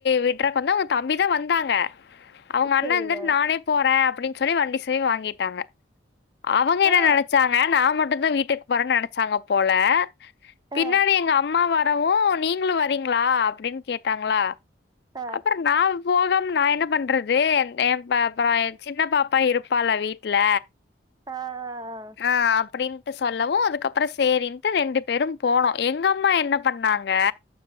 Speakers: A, on the left; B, on the right.
A: விட்றக் வந்து அவுங்க தம்பிதா வந்தாங்க அவ்ங்க அண்ண
B: சரிங்க
A: இர்ந்துட்டு நானே போற அப்டி சொல்லி வண்டி சாயி வாங்கிட்டாங்க அவங்க என்ன
B: ஆ
A: நெனச்சா ங்க நா மட்டுந்தா வீட்டுக் போறன் நெனச்சாங்க போல பின்னாடி
B: ஆ
A: எங்க அம்மாவ <unintelligible> நீங்களும் வரீங்களா அப்படின்னு கேட்டாங்களா
B: ஆ
A: அப்புற தா போகாம நா என்ன பண்றது அ அப்புறம் சின்ன பா அப்பா இருப்பால வீட்டுல
B: ஆஹ்்
A: ஆஹ் அப்படின் டு சொல்லவும் அதுக்கப்புறம் சேரின்ட்டு ரெண்டு பேரும் போனோம் எங்க அம்மா என்ன பண்ணாங்க